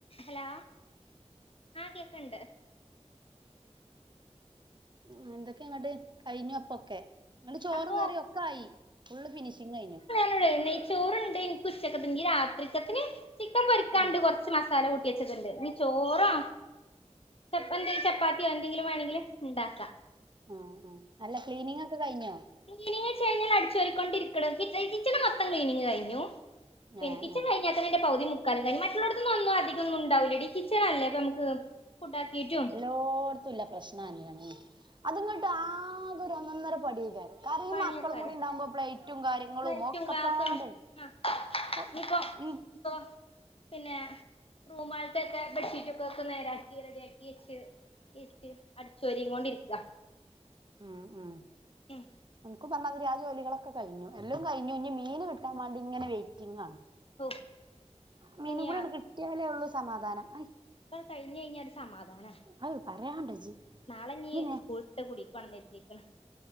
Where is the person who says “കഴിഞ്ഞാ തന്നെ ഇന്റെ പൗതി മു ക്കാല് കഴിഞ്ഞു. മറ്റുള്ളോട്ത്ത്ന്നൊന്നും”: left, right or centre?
Left